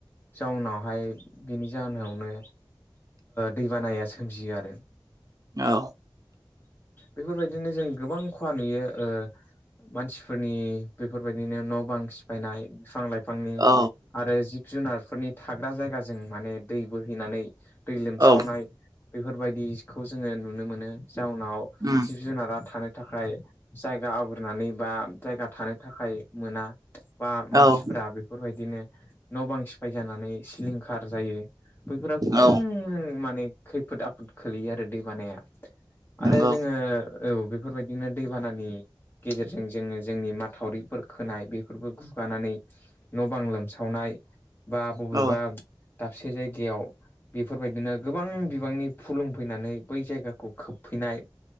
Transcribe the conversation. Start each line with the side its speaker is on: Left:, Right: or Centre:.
Left: जाउनावहाय बिनि जाहोनावनो दैबानाया सोमजियो आरो।
Right: औ।
Left: बेफोरबायदिनो जों गोबां खहा नुयो ओ मानसिफोरनि बेफोरबायदिनो न' बां सिफायनाय बिफां लाइफांनि
Right: औ
Left: आरो जिब जुनारफोरनि थाग्रा जायगाजों माने दै बोहैनानै दै लोमसावनाय
Right: औ
Left: बेफोरबायदिखौ जोङो नुनो मोनो जाउनाव
Right: उम
Left: जिब जुनारा थानो थाखाय जायगा आवग्रिनानै बा जायगा थानो थाखाय मोना बा मानसि
Right: औ
Left: फोरा बेफोरबायदिनो न' बां सिफाय जानानै सिलिंखार जायो बैफोर गोबां
Right: औ
Left: माने खैफोद आफोद खोलैयो आरो दै बानाया
Right: नंगौ
Left: आरो जोङो औ बेफोरबायदिनो दैबानानि गेजेरजों जोङो जोंनि माथावरिफोर खोनाय बे बेफोरबो गुगानानै न' बां लोमसावनाय बा बबेबा
Right: औ
Left: दाबसे जायगायाव बेफोरबायदिनो गोबां बिबांनि फुलुंफैनानै बै जायगाखौ खोबफैनाय